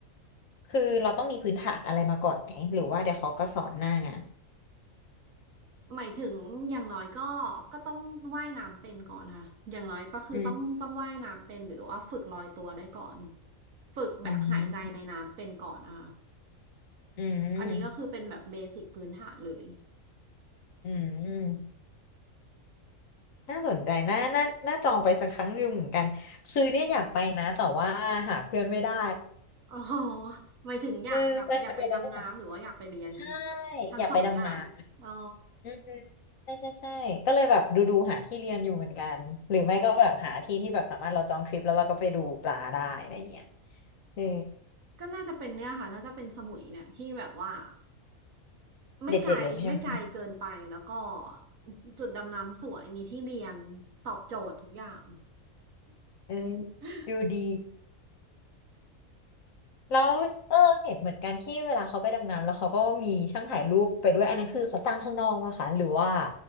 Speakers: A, on the left (about 80°); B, on the right (about 85°).
A: คือเราต้องมีพื้นฐานอะไรมาก่อนไหมหรือว่าเดี๋ยวเขาก็สอนหน้างาน
B: หมายถึงอย่างน้อยก็ก็ต้องว่ายน้ำเป็นก่อนค่ะอย่างน้อยก็คือต้องต้องว่ายน้ำเป็นหรือว่าฝึกลอยตัวได้ก่อน
A: อืม
B: ฝึกแบบหายใจในน้ำเป็นก่อนนะคะ
A: อืมอืม
B: อันนี้ก็คือเป็นแบบเบสิกพื้นฐานเลย
A: อืม น่าสนใจน่าน่าน่าจองไปสักครั้งหนึ่งเหมือนกันคือเนี่ยอยากไปนะแต่ว่าหาเพื่อนไม่ได้
B: อ๋อหมายถึงอยากอยากอยากไปดำน้ำหรือว่าอยากไปเรียน
A: <laughs> เออไปคอนโดเลยก็แบบใช่
B: ทั้งสองอย่างอ๋อ
A: อยากไปดำน้ำอืมใช่ใช่ใช่ก็เลยแบบดูดูหาที่เรียนอยู่เหมือนกันหรือไม่ก็แบบหาที่ที่แบบสามารถเราจองทริปแล้วเราก็ไปดูปลาได้อะไรเงี้ยเออ
B: ก็น่าจะเป็นเนี่ยค่ะน่าจะเป็นสมุยเนี่ยที่แบบว่าไม่ไกลไม่ไกลเกินไปแล้วก็
A: เด็ดเด็ดเลยใช่ไหม
B: จุดดำน้ำสวยมีที่เรียนตอบโจทย์ทุกอย่าง
A: เออ
B: <laughs>
A: ดูดี แล้วเออเห็นเหมือนกันที่เวลาเขาไปดำน้ำแล้วเขาก็มีช่างถ่ายรูปไปด้วยอันนั้นคือเขาจ้างข้างนอกมาค่ะหรือว่า